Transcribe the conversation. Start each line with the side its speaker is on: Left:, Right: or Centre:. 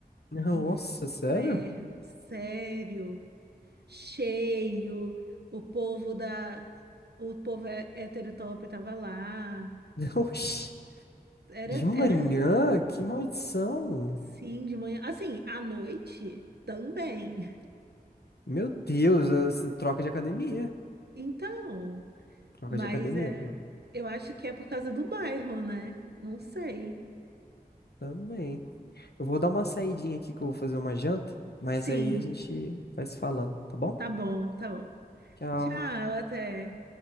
Left: Não,
Right: Inferno,
Left: Nossa, sério?
Right: sério. Cheio. O povo da o povo hé- heterotop tava lá.
Left: <laughs> Oxi.
Right: Era
Left: De manhã?
Right: era
Left: Que maldição!
Right: Sim, de manhã. Assim, à noite também. <laughs>
Left: Meu Deus, essa troca de academia.
Right: Então,
Left: Troca
Right: mas
Left: de academia,
Right: é,
Left: claro.
Right: eu acho que é por causa do bairro, né? Não sei.
Left: Também. Eu vou dar uma saidinha aqui que eu vou fazer uma janta, mas
Right: Sim,
Left: aí a gente vai se falando, tá bom?
Right: tá bom, tá bom.
Left: Tchau.
Right: Tchau, até.